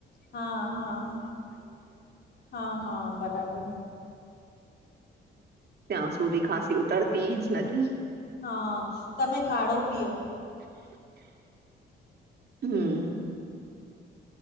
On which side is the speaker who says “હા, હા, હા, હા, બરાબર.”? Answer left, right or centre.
Left